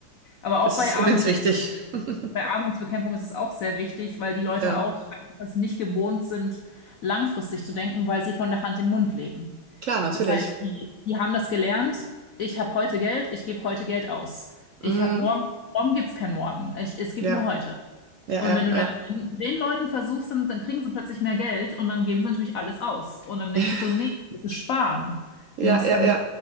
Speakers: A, on the left; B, on the right.
A: Aber auch
B: Es
A: bei
B: ist immens
A: Armut,
B: wichtig. <laughs>
A: bei Armutsbekämpfung ist es auch sehr wichtig, weil die Leute
B: Ja,
A: auch einfach es nicht gewohnt sind, langfristig zu denken, weil sie von der Hand im Mund leben.
B: klar, natürlich.
A: Das heißt, die, die haben das gelernt. Ich habe heute Geld, ich gebe heute Geld aus. Ich
B: Mhm.
A: habe morgen, morgen gibt es kein Morgen. Ich, es gibt
B: Ja,
A: nur heute.
B: ja,
A: Und
B: ja,
A: wenn du
B: ja.
A: dann den Leuten versuchst, dann, dann kriegen sie plötzlich mehr Geld und dann geben sie natürlich alles aus. Und dann denkst
B: <laughs>
A: du so, nee, das ist sparen.
B: Ja,
A: Du musst
B: ja,
A: damit,
B: ja.